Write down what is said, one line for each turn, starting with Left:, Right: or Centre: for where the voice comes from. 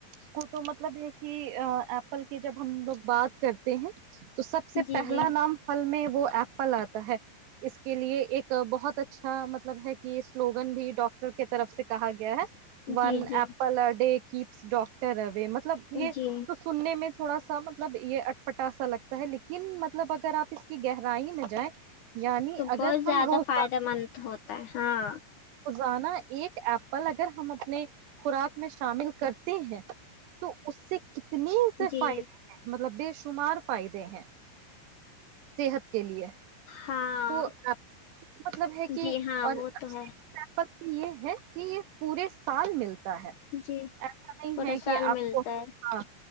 Right: کو تو مطلب ہے کہ ایپل کے جب ہم لوگ بات کرتے ہیں تو سب سے
Left: جی
Right: پہلا
Left: جی
Right: نام فل میں وہ ایپل آتا ہے اس کے لیے ایک بہت اچھا مطلب ہے سلوگن بھی ڈاکٹر کی طرف سے کہا گیا ہے ون
Left: جی جی
Right: ایپل ا ڈے کپس ڈاکٹروم مطلب یہ
Left: جی
Right: تو سننے میں تھوڑا سا مطلب یہ اٹپٹا سا لگتا ہے لیکن مطلب اگر آپ اس کی گہرائی میں جائیں یعنی
Left: تو
Right: اگر
Left: بہت
Right: ہم
Left: زیادہ
Right: روزانہ
Left: فائدہ مند ہوتا ہے ہاں
Right: انا ایک ایپل اگر ہم اپنے خوراک میں شامل کرتے ہیں تو اس سے کتنے
Left: جی
Right: فائدے ہیں مطلب د شمار فائدے ہیں صحت کے لیے
Left: ہاں
Right: تو مطلب ہے کہ
Left: جی ہاں
Right: اور
Left: وہ تو ہے
Right: ا <unintelligible> یہ ہے کہ یہ پورے سال ملتا ہے ایسا
Left: جی
Right: نہیں
Left: پورا
Right: ہے
Left: سال
Right: کہ آپ
Left: ملتا
Right: کو
Left: ہے
Right: ہاں